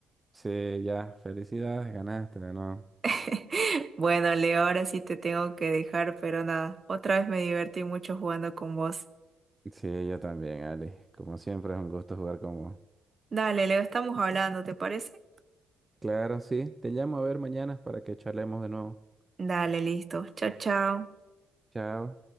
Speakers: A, on the right (about 15°); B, on the right (about 30°).
A: sí, ya, felicidades, ganaste de nuevo.
B: <laughs> Bueno, Leo, ahora sí te tengo que dejar, pero nada, otra vez me divertí mucho jugando con vos.
A: Sí, yo también, Ali. Como siempre, es un gusto jugar con vos.
B: Dale, Leo, estamos hablando, ¿te parece?
A: Claro, sí. Te llamo a ver mañana para que charlemos de nuevo.
B: Dale, listo. Chao, chao.
A: Chao.